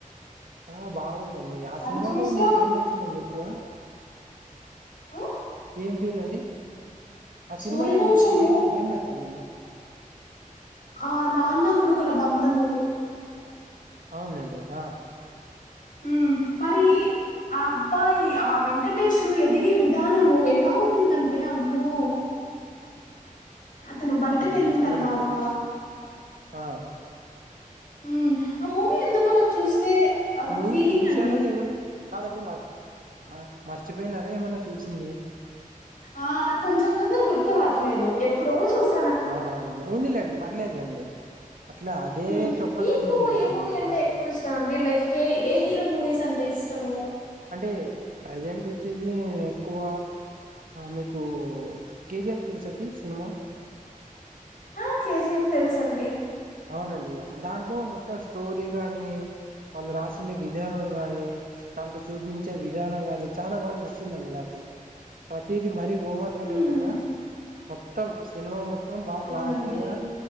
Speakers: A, on the right (about 80°); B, on the left (about 70°).
A: ఆహ్ బాగుందండి ఆ
B: అవి
A: సినిమాలో
B: చూస్తే
A: మీకు ఏం నచ్చిందండి ఎక్కువ
B: ఆహ్
A: ఏం ఫీల్ అండి ఆ
B: సూర్యవంశము
A: సినిమాలో మీకు ఏం ఏం నచ్చిందండి
B: ఆ నాన్న కొడుకుల బంధము
A: అవునండి ఆహ్
B: ఉమ్ మరి ఆ అబ్బాయి ఆ వెంకటేష్ ఎదిగే విధానము ఎలా ఉంటుందంటే అమ్మో అతను బయటకు
A: ఆ
B: వెళ్ళిన
A: చాలా
B: తర్వాత
A: కష్టపడు ఆ
B: ఉమ్ ఆ మూవీ ఎందుకో నాకు చూస్తే అదొక
A: ఆ మూవీ
B: ఫీలింగ్
A: చూసారా
B: అండి.
A: లేకుంటే కాదండీ మర్చ నా మర్చిపోయినారా ఏమన్నా చూసింది.
B: ఆహ్ నాకు కొంచం కొంచం గుర్తు రా లేదు ఎప్పుడో చూస్
A: అవునవునండి ఉందిలేండి పర్లేదులేండి అట్లా అదే
B: హ్మ్.
A: చెప్పాలని
B: మీకు
A: ఏం లేదండి
B: ఏ మూవీ అంటే
A: ఆ
B: ఎక్కువ ఇష్టం అండి? లైక్ హే ఏ హీరో మూవీస్ అంటే ఇష్టము
A: అంటే ప్రజెంట్ వచ్చేది ఎక్కువ మీకు కేజీఆఫ్ తెలుసండి సినిమా
B: ఆ! కేజీఎఫ్ తెలుసండి
A: అవునండి దాంట్లో మొత్తం స్టోరీ గాని వాళ్ళు రాసండే విధానం గాని దాంట్లో చూపించే విధానం గాని చాలా బాగా నచ్చిందండి నాకు ప్రతిది మరి ఓవర్గా
B: హ్మ్.
A: లేకుండా మొత్తం సినిమా మొత్తం బా
B: అవునండి.
A: క్లాతిగా